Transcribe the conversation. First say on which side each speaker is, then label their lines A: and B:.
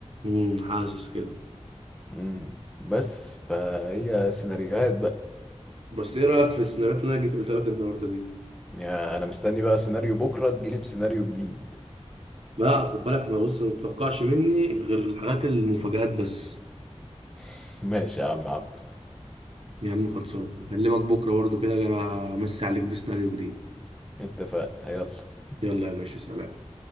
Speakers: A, on the right; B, in the centre.
A: امم حاسس كده
B: امم بس فهي سيناريوهات بقى
A: بس ايه رايك في السيناريوهات اللي انا جيت قلت لك النهارده دي
B: يعني انا مستني بقى سيناريو بكره تجيلي بسيناريو جديد
A: بقى خد بالك ما بص ما تتوقعش مني غير الحاجات المفاجآت بس
B: <laughs> ماشي يا عم عبد
A: يا عم خلصان هكلمك بكره برضو كده أجي امسي عليك بسيناريو جديد
B: اتفقنا يلا
A: يلا يا باشا سلام